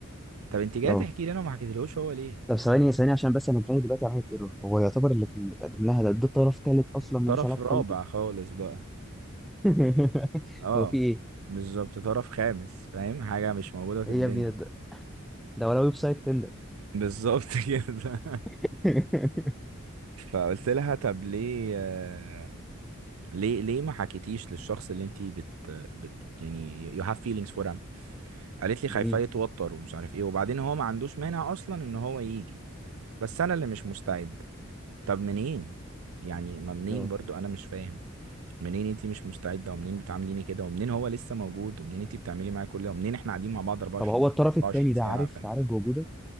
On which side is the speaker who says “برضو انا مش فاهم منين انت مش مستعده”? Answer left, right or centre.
Right